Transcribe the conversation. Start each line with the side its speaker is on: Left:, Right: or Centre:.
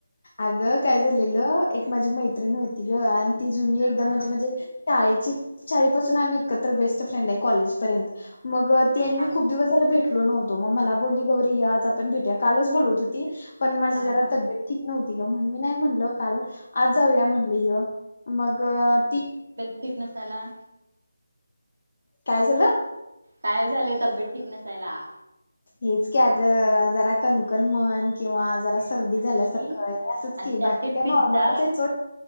Left: अगं काय झालेलं एक माझी मैत्रिणी होती ग आणि ती जुनी
Right: हा
Left: एकदम
Right: हा
Left: म्हणजे
Right: हा
Left: म्हणजे शाळेची शाळेपासून आम्ही एकत्र बेस्ट फ्रेंड आहे कॉलेजपर्यंत मग तीने
Right: हा हा
Left: मी खूप दिवसाला भेट तो मग मला बली गौरी आज आपण भेट कालच बोलत होती पण माझी
Right: हा
Left: जरा
Right: हा
Left: तबेत नव्हती ग म्हण मी नाही म्हणल काल आज जाऊया म्हणले ह मग ती
Right: एकनाथ आला
Left: काय झालं
Right: काय झालंय तब्येत ठीक नसायला
Left: हेच क ग जरा कणकण मन किंवा जरा सर्दी
Right: आणि
Left: झाल्यासारखं आहे असंच
Right: आणि
Left: की
Right: त्यात
Left: बाकी
Right: ते
Left: काय
Right: पिझ्झा
Left: नॉर्मलच आहे चो